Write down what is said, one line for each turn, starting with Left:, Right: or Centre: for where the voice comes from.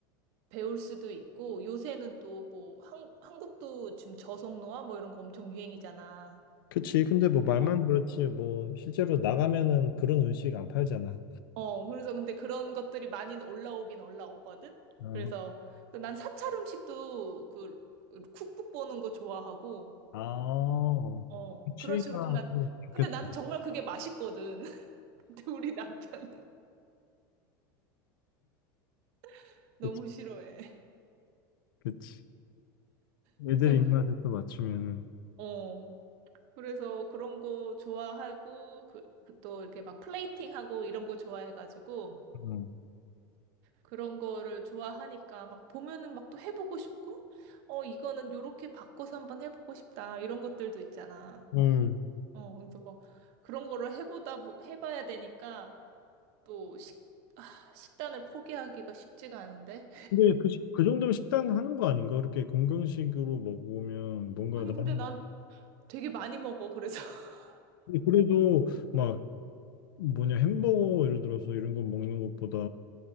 Right: 배울 수도 있고 요새는 또 뭐 한국도 지금 저속노화 뭐 이런 거 엄청 유행이잖아.
Left: 그치. 근데 뭐 말만
Right: 어,
Left: 그렇지, 뭐, 실제로 나가면은 그런 음식 안 팔잖아.
Right: 어, 그래서 근데 그런 것들이 많이 올라오긴 올라오거든?
Left: 어.
Right: 그래서 그 난 사찰 음식도 그 쿡북 보는 거 좋아하고,
Left: 아,
Right: 어,
Left: 취미가
Right: 그런 식으로 좀 난,
Left: 또 좋겠다.
Right: 근데 나는 정말 그게 맛있거든. <laughs> 근데 우리 남편은 <laughs> 너무
Left: 그치,
Right: 싫어해.
Left: 그치.
Right: 그래서,
Left: 애들 입맛에 또 맞추면은.
Right: 어, 그래서 그런 거 좋아하고, 그, 그또 이렇게 막 플레이팅하고 이런 거 좋아해가지고,
Left: 음.
Right: 그런 거를 좋아하니까 막 보면은 막 또 해보고 싶고, 어, 이거는 요렇게 바꿔서 한번 해보고 싶다. 이런 것들도 있잖아.
Left: 음.
Right: 어, 그래서 뭐 그런 거를 해보다 보- 해봐야 되니까 또 식, 아, 식단을 포기하기가 쉽지가 않은데.
Left: 근데 그, 시- 그 정도면 식단 하는 거 아닌가? 그렇게 건강식으로 먹으면 뭔가
Right: 아니,
Left: 나는
Right: 근데 난 되게 많이 먹어. 그래서 <laughs>
Left: 근데 그래도 막 뭐냐 햄버거 예를 들어서 이런 거 먹는 것보다